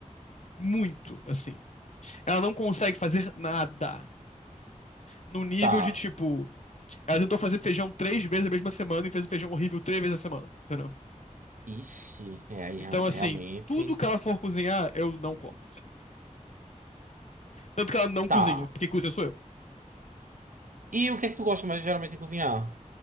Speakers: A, on the left; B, on the right.
A: Muito, assim. Ela não consegue fazer nada. No nível
B: tá.
A: de, tipo, ela tentou fazer feijão três vezes na mesma semana e fez o feijão horrível três vezes na semana, entendeu?
B: Ixi, é aí
A: Então,
B: real-
A: assim,
B: realmente.
A: tudo que ela for cozinhar, eu não como. Tanto que ela não cozinha,
B: Tá.
A: porque cozinha sou eu.
B: E o que é que tu gosta mais geralmente de cozinhar?